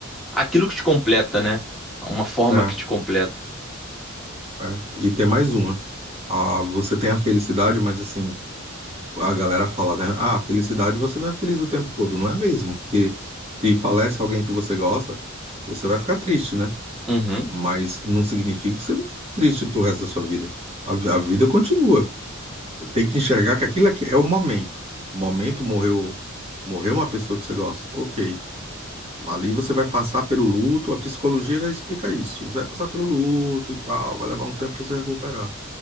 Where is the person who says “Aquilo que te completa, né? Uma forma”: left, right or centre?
Centre